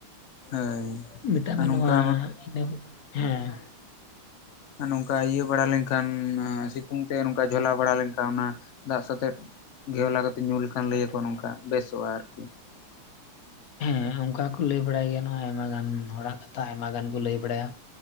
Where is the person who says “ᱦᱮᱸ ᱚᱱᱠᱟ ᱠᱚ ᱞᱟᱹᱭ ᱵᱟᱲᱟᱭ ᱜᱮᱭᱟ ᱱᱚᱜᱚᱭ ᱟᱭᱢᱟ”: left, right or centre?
Left